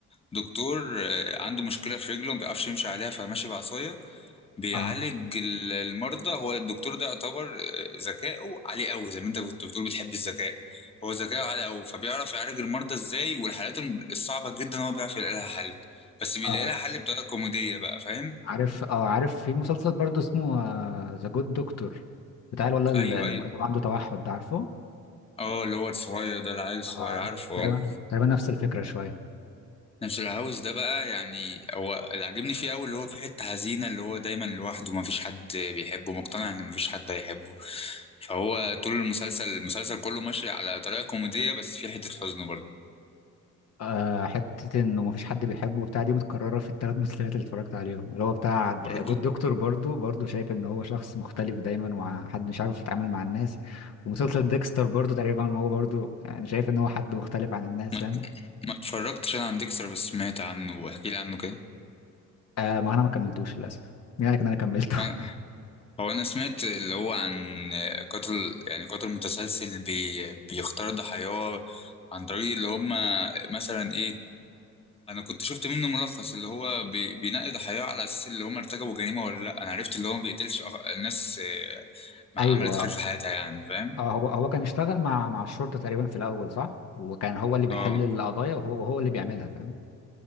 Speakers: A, on the left; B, on the left.
A: دكتور آه، عنده مشكله في رجله ما بيعرفش يمشي عليها فماشي بعصايه بيعالج
B: اه
A: ال- المرضى هو الدكتور ده يعتبر آه، ذكائه عالي قوي زي ما انت كنت بتقول بتحب الذكاء هو ذكائه عالي قوي فبيعرف يعالج المرضى ازاي والحالات الم- الصعبة جدا هو بيعرف يلاقي لها حل بس بيلاقي
B: اه
A: لها حل بطريقة كوميدية بقى فاهم
B: عارف اه عارف في مسلسل برضه اسمه ذا جود دكتور بتاع الولد
A: ايوه
B: اللي اللي
A: ايوه
B: عنده توحد ده عارفه
A: اه اللي هو الصغير ده العيل الصغير
B: اه
A: عارفه
B: تقريبا
A: اه
B: تقريبا نفس الفكرة شوية
A: نفس الهاوس ده بقى يعني هو اللي عاجبني فيه قوي اللي هو في حتة حزينة اللي هو دايما لوحده مفيش حد بيحبه مقتنع ان مفيش حد هيحبه فهو طول المسلسل المسلسل كله ماشي على طريقة كوميدية بس في حتة حزن برضه
B: آه، حتة انه مفيش حد بيحبه وبتاع دي متكررة في الثلاث <laughs> مسلسلات اللي اتفرجت عليهم اللي هو بتاع د-
A: برضو
B: جود دكتور برضو برضو شايف ان هو شخص مختلف دايما وحد مش عارف يتعامل مع الناس ومسلسل ديكستر برضو تقريبا ما هو برضو انا شايف ان هو حد مختلف عن الناس
A: ما
B: فاهم
A: ما اتفرجتش انا عن ديكستر بس سمعت عنه واحكي لي عنه كده
B: آه ما انا ما كملتوش للاسف مين قالك ان انا كملته
A: أنا- هو انا سمعت اللي هو عن قاتل يعني قاتل متسلسل بي بيختار ضحاياه عن طريق اللي هم مثلا ايه انا كنت شفت منه ملخص اللي هو بي بينقي ضحاياه على اساس اللي هم ارتكبوا جريمة ولا لا انا عرفت اللي هو ما بيقتلش أخ- ناس آه، ما
B: <laughs> ايوه
A: عملت خير في حياتها يعني فاهم
B: اه هو هو كان اشتغل مع مع الشرطة تقريبا في الاول صح وكان هو اللي بيحل
A: اه
B: القضايا وهو, وهو اللي بيعملها فاهم